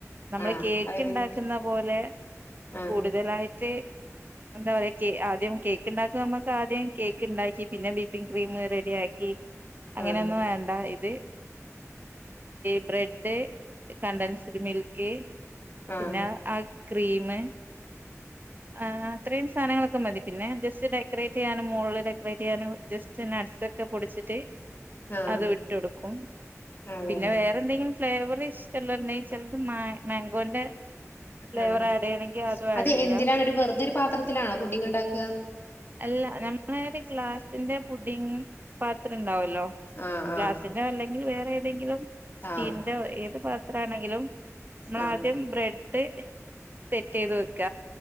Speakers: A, on the right; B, on the left.
A: നമ്മള്
B: ആഹ്
A: കേക്ക്
B: അതെങ്ങനെ
A: ഇണ്ടാക്കുന്ന പോലെ.
B: ആഹ്
A: കൂടുതലായിട്ട്. എന്താ പറയാ കേ ആദ്യം കേക്ക് ഇണ്ടാക്കും നമുക്ക് ആദ്യം കേക്ക് ഇണ്ടാക്കി പിന്നെ വി ക്രീം റെഡിയാക്കി അങ്ങനെയൊന്നും
B: ആഹ്
A: വേണ്ട ഇത്. ബ്രെഡ് കണ്ടൻസ്ഡ് മിൽക്ക്
B: ആഹ്
A: പിന്നെ. ആ ക്രീമ്. ആഹ് ഇത്രയും സാധനങ്ങളൊക്കെ മതി പിന്നെ ജസ്റ്റ് ഡെക്കറേറ്റ് ചെയ്യാനും മുകളിൽ ഡെക്കറേറ്റ് ചെയ്യാനും ജസ്റ്റ് നട്സ് ഒക്കെ പൊടിച്ചിട്ട്
B: ആഹ്
A: അത് ഇട്ടൊടുക്കും
B: ആഹ് അതെ
A: പിന്നെ വേറെ എന്തെങ്കിലും ഫ്ലേവർ ഇഷ്ടല്ല ന ചലത് മാ മാങ്കോന്റെ ഫ്ലേവർ
B: ആഹ്
A: ആഡ് ചെയ്യണെങ്കിൽ അതും
B: അത്
A: ആഡ് ചെയ്യാം
B: എന്തിലാണ് ഒരു വെറതരു പാത്ര ത്തിലാണോ പുടിങ് ഉണ്ടാക്കുക
A: അല്ല നമ്മള ഒരു ഗ്ലാസ്സിന്റെ പുഡിങ് പാത്രം ഉണ്ടാവല്ലോ
B: ആഹ്
A: ഗ്ലാസിന്റെ
B: ആഹ്
A: അല്ലെങ്കിൽ വേറെ ഏതെങ്കിലും സ്റ്റീലിന്റോ
B: ആഹ്
A: ഏത് പാത്രമാണെങ്കിലും നമ്മൾ
B: ആഹ്
A: ആദ്യം ബ്രെഡ് സെറ്റ് ചെയ്ത് വെക്ക